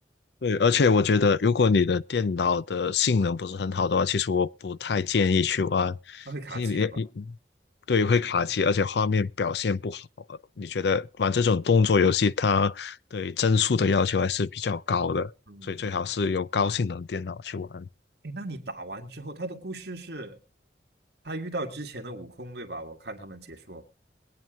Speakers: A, on the left; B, on the right.
A: 对，而且我觉得，如果你的电脑的性能不是很好的话，其实我不太建议去玩。
B: 他会卡机，
A: 因为你，
B: 对吧？
A: 你对，会卡机，而且画面表现不好。你觉得玩这种动作游戏，它对帧数的要求还是比较高的，
B: 嗯，
A: 所以最好是有高性能电脑去玩。
B: 哎，那你打完之后，他的故事是他遇到之前的悟空，对吧？我看他们解说，